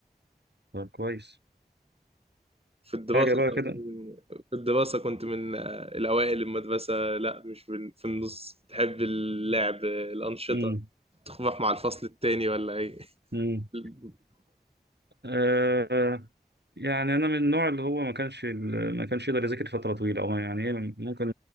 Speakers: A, on the right; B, on the right.
A: طب كويس
B: في الدراسة
A: حاجه بقى كده
B: في الدراسة كنت من آه، الأوائل المدرسة لا مش في في النص تحب اللعب آه، الأنشطة
A: امم
B: تروح مع الفصل التاني ولا إيه
A: امم
B: <laughs>
A: آه يعني انا من النوع اللي هو ما كانش ما كانش يقدر يذاكر فتره طويله او يعني إيه، ممكن